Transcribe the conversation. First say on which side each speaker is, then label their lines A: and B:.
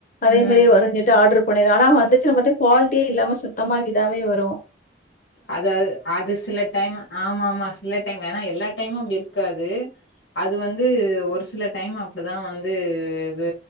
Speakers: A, on the left; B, on the left.
A: அதே
B: ம்
A: மாரே வரு ட்ட ஆர்டர் பண்ணிருந்ந ஆனா வந்துச்சு மட்டு குவாலிட்டியே இல்லாம சுத்தமா இதாவே வரு
B: அதாவ அது சில டைமு ஆமா ஆமா சில டைம் ஏனா எல்லா டைமு அப்டி இருக்காது அது வந்து ஒரு சில டைம் அப்டிதா வந்து இது